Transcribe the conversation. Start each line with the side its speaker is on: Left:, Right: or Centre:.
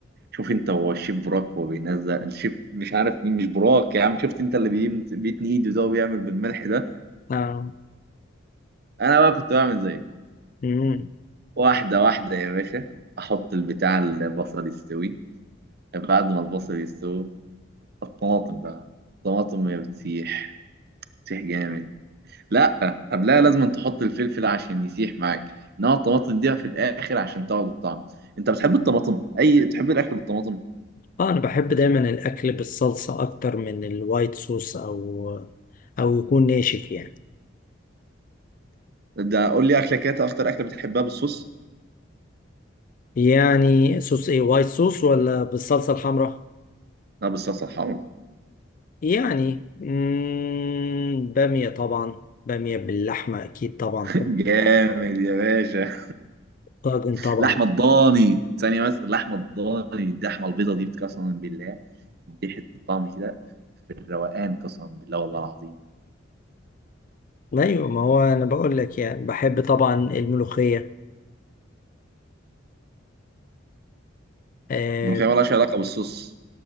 Right: شوف انت هو الشيف براك هو بينزل الشيف مش عارف مين مش براك يا عم شفت انت اللي بيمت- بيتني ايده ده وبيعمل بالملح ده
Left: آه.
Right: انا بقى كنت بعمل زيه
Left: مم.
Right: واحده واحده يا باشا احط البتاع البصل يستوي بعد ما البصل يستوي الطماطم بقى الطماطم وهي بتسيح بتسيح جامد لا قبلها لازم تحط الفلفل عشان يسيح معاك انما الطماطم دي في الاخر عشان تاخد الطعم انت بتحب الطماطم اي تحب الاكل بالطماطم
Left: اه انا بحب دايما الاكل بالصلصة اكتر من الوايت صوص او او يكون ناشف يعني
Right: ده قول لي اكله كده اكتر اكله بتحبها بالصوص
Left: يعني صوص ايه وايت صوص ولا بالصلصة الحمراء
Right: لا بالصلصه الحمرا
Left: يعني مم، بامية طبعا بامية باللحمة أكيد طبعا
Right: <laughs> جامد يا باشا
Left: طاجن
Right: <laughs>
Left: طبعا
Right: لحمه الضاني ثانيه بس اللحمه الضاني اللحمه البيضه دي قسما بالله دي حته طعم كده الروقان قسما بالله والله العظيم
Left: أيوة ما هو أنا بقول لك يعني بحب طبعا الملوخية آه
Right: الملوخيه مالهاش علاقه بالصوص